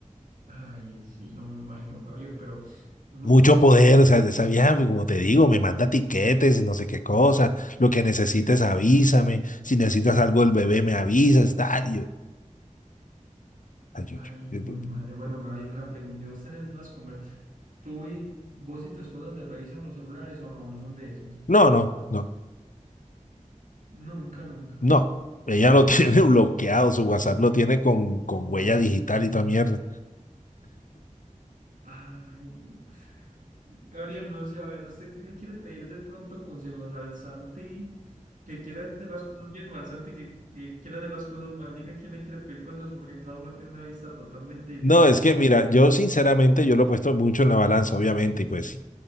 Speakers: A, on the right; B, on the left.
A: Ay, sí, no me imagino, Gabriel, pero uno
B: Mucho
A: como
B: poder,
A: hombre no.
B: o
A: pu-
B: sea, esa vieja, pues, como te digo, me manda tiquetes y no sé qué cosa. Lo que necesites, avísame. Si necesitas algo del bebé, me avisas, tal. y yo, ay, yo-
A: Ay,
B: yo-
A: güey, madre. Bueno,
B: yo-
A: Gabriel, una pregunta. ¿Y vos tenés las conversaciones? ¿Tú y vos y tu esposa se revisan los celulares o no? No son de esos.
B: no, no, no.
A: Nunca, nunca.
B: No, ella lo <laughs> tiene bloqueado, su WhatsApp lo tiene con, con huella digital y toda mierda.
A: Ay, no. Gabriel, no sé, a ver, ¿usted qué le quiere pedir de pronto consejos al Santi que quiere hacer las cosas bien o al Santi que, que quiere hacer las cosas mal? Diga quién le quiere pedir consejos porque cada uno tiene una vista totalmente diferente.
B: No, es que mira, yo sinceramente yo lo he puesto mucho en la balanza, obviamente, y pues